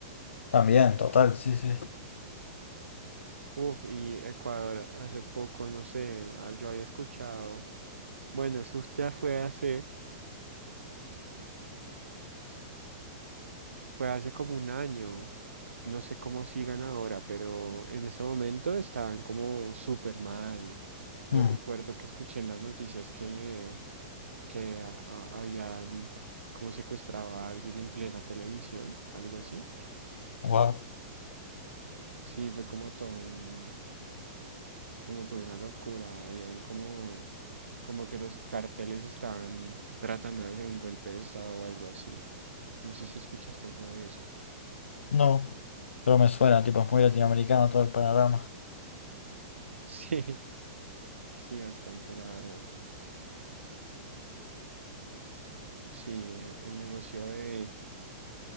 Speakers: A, on the left (about 80°); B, on the right (about 85°).
A: También, total, sí, sí.
B: Uf, y Ecuador hace poco, no sé, ah, yo había escuchado, bueno, eso ya fue hace Fue hace como un año. No sé cómo sigan ahora, pero en ese momento estaban como súper mal. Yo
A: Mm,
B: recuerdo que escuché en las noticias que, que a- a- habían como secuestrado a alguien en plena televisión, algo así.
A: wow.
B: Sí, fue como todo un- como toda una locura. Habían como, como que los carteles estaban tratando de hacer un golpe de estado o algo así. No sé si escuchaste algo de eso. <laughs>
A: No, pero me suena, tipo, es muy latinoamericano todo el panorama.
B: Sí, sí, bastante, la verdad. Sí, eh, el negocio de,